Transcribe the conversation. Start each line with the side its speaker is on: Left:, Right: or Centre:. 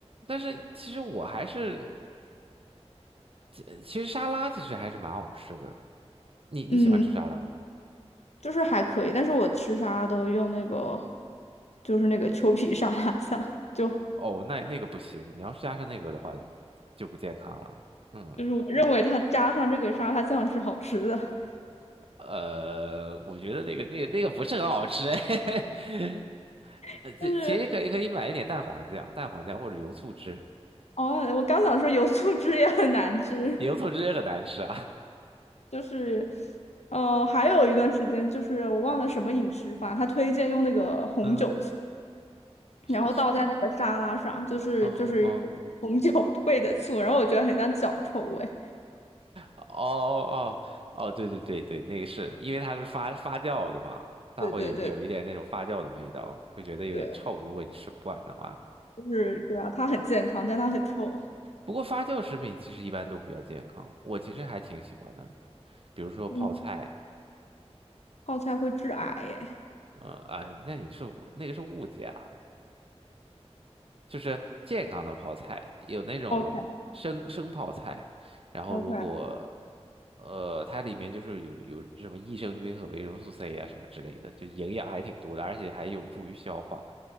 Right: 但是其实我还是，其其实沙拉其实还是蛮好吃的。你你喜欢吃沙拉吗？
Left: 嗯，就是还可以，但是我吃啥都用那个，就是那个秋皮沙拉酱，就
Right: 哦，那那个不行，你要是加上那个的话，就不健康了。嗯，
Left: 就是我认为它加上这个沙拉酱是好吃的，
Right: 呃，我觉得那个那个那个不是很好吃哎。<laughs>
Left: <laughs>
Right: 呃，这其实可以可以买一点蛋黄酱，
Left: 但是。
Right: 蛋黄酱或者油醋汁，
Left: 哦，我刚想说油醋汁也很难吃，
Right: 油醋汁也很难吃啊。
Left: 就是，呃，还有一段时间就是我忘了什么饮食法，他推荐用那个红酒醋，
Right: <laughs> 嗯。是是，
Left: 然后倒在那个沙拉上，就是就是
Right: 哦哦
Left: <laughs> 红酒兑的醋，然后我觉得很像脚臭味。
Right: 哦哦哦，哦对对对对，那个是因为它是发发酵的嘛，它会有有一点那种发酵的味道，
Left: 对对对
Right: 会觉得有点臭，
Left: 对，
Right: 如果你吃不惯的话。
Left: 就是对啊，它很健康，但它很臭。
Right: 不过发酵食品其实一般都比较健康，我其实还挺喜欢的，比如说泡菜，
Left: 嗯，泡菜会致癌耶。
Right: 呃，哎，那你是那个是误解啦。就是健康的泡菜，有那种生生泡菜，
Left: OK
Right: 然后如果
Left: OK，
Right: 呃它里面就是有有什么益生菌和维生素 C 啊什么之类的，就营养还挺多的，而且还有助于消化。